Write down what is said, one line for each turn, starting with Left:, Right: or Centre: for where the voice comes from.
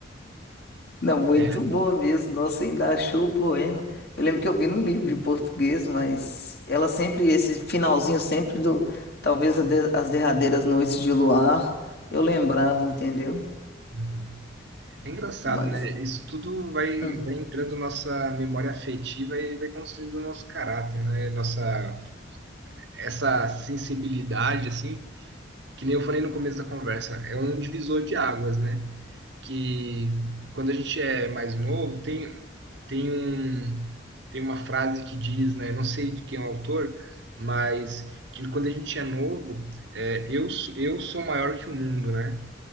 Left: Não, muito
Right: É.
Left: boa mesmo. Nossa, ainda achou o poema. Eu lembro que eu vi num livro de português, mas ela sempre, esse finalzinho sempre do, talvez a de- as derradeiras noites de luar, eu lembrava, entendeu?
Right: Uhum. É engraçado,
Left: Mas.
Right: né? Isso tudo vai,
Left: Hum.
Right: vai entrando nossa memória afetiva e vai construindo o nosso caráter, né? Nossa, essa sensibilidade, assim, que nem eu falei no começo da conversa, é um divisor de águas, né? que quando a gente é mais novo, tem, tem um, tem uma frase que diz, né? Não sei de quem é o autor, mas que quando a gente é novo, é, eu, sou- eu sou maior que o mundo, né?